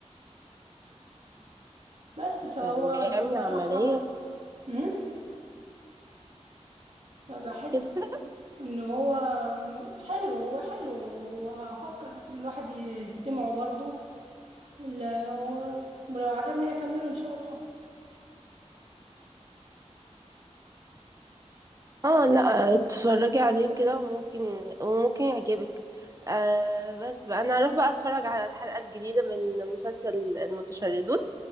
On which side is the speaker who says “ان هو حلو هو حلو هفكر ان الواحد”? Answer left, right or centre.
Right